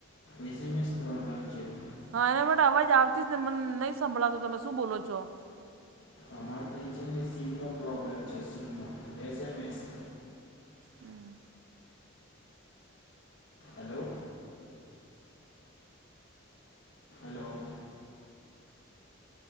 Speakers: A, on the left; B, on the right.
A: એસ એમ એસ પ્રોબ્લેમ છે <inaudible>
B: હા, એના માટે અવાજ આવતી જ ને મને નહીં સંભળાતો તમે શું બોલો છો?
A: અમારે કઈ છે ને સીમ નો પ્રોબ્લેમ છે સીમ નો એસમ એસ <inaudible>
B: હમ.
A: હલો. હલો.